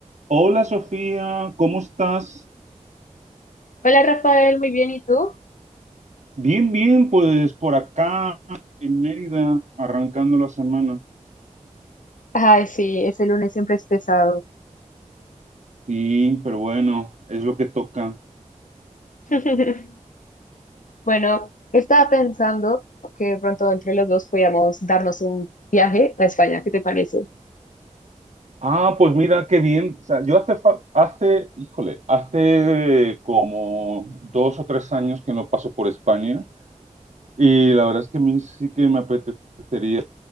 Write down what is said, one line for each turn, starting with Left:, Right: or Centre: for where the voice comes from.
Right: Hola Sofía, ¿cómo estás?
Left: Hola Rafael, muy bien, ¿y tú?
Right: Bien, bien, pues por acá en Mérida, arrancando la semana.
Left: Ay, sí, ese lunes siempre es pesado.
Right: Sí, pero bueno, es lo que toca.
Left: <laughs> Bueno, estaba pensando que de pronto entre los dos podíamos darnos un viaje a España, ¿qué te parece?
Right: Ah, pues mira, qué bien. O sea, yo hace, fa- hace, híjole, hace como dos o tres años que no paso por España y la verdad es que a mí sí que me apetecería.